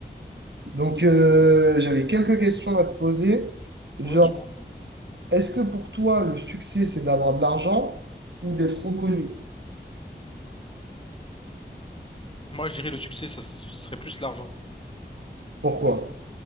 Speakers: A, on the right (about 80°); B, on the left (about 30°).
A: Donc euh, j'avais quelques questions à te poser. Genre,
B: Ouais, dis-moi.
A: est-ce que pour toi le succès c'est d'avoir de l'argent ou d'être reconnu?
B: Moi, je dirais le succès, ça s- serait plus l'argent.
A: Pourquoi?